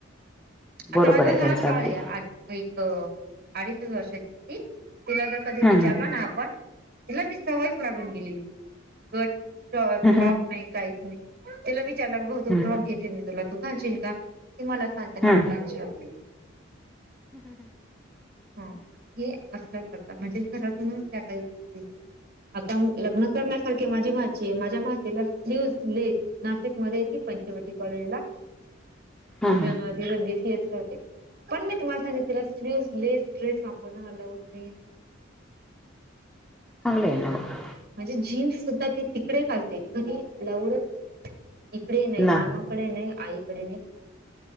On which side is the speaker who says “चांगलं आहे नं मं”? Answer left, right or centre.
Centre